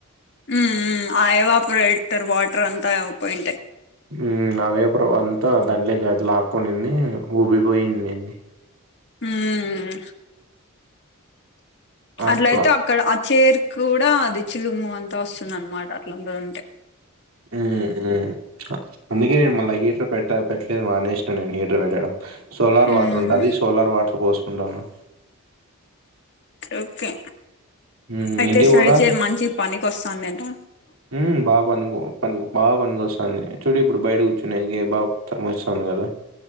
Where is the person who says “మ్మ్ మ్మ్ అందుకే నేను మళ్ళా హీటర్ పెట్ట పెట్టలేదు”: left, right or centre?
Right